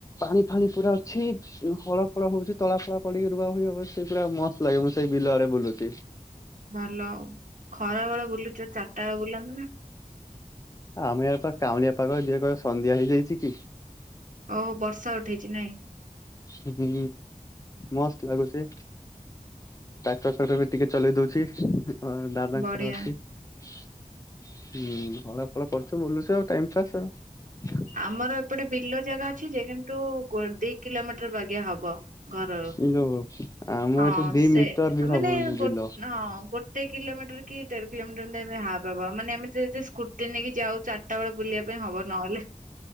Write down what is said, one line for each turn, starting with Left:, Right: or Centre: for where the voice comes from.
Left: ପାଣି ଫାଣି ପୁରା ଅଛି ହଳ ଫଳ ହଉଛି ତଳା ଫଳା ପଡିକି ରୁଆ ହ ହବ ସେଇ ପୁରା ମସ୍ତ ଲାଗେ ମୁଁ ସେଇ ବିଲଆରେ ବୁଲୁଛି
Right: ଭଲ ଆଉ ଖରା ବେଳେ ବୁଲୁଚ ଚାରିଟା ବେଳେ ବୁଲାନ୍ତୁ ନା
Left: ଆମେ ୟ ପାଖ କାଉଁଳିଆ ପାଖ ଯିଏ କହ ସନ୍ଧ୍ୟା ହେଇଯାଇଛି କି
Right: ଓହୋ ବର୍ଷା ଉଠେଇଛି ନାଇଁ
Left: ହୁଁ ମସ୍ତ ଲାଗୁଚ ଟାକ୍ଟର ଫାକ୍ଟର ଟିକେ ଚଲେଇ ଦଉଛି ଆ ଦାଦାଙ୍କର
Right: ବଢିଆ
Left: ଅଛି ହୁଁ ହଳା ଫଳ କରୁଛୁ ବୁଲୁଛୁ ଆଉ ଟାଇମ ପାସ୍ ଆଉ
Right: ଆମର ଏପଟେ ବିଲ ଜାଗା ଅଛି ଯେ କିନ୍ତୁ ଦି କିଲୋମିଟର ବାଗଆ ହବ ଘରରୁ
Left: ଏଇ ଯୋଉ ଆମ
Right: ହଁ
Left: ଏଠି ଦି
Right: ସେ
Left: ମିଟର ବି ହବନି
Right: ମାନେ ଗୋ
Left: ବିଲ
Right: ହଁ ଗୋ ଗୋଟେ କିଲୋମିଟର କି ଦେଢ କିଲୋମିଟର ହ ବାବା ମାନେ ଆମେ ଯଦି ସ୍କୁଟି ନେଇକି ଯାଉ ସେତେବେଳେ ବୁଲିବା ପାଇଁ ହବ ନହେଲେ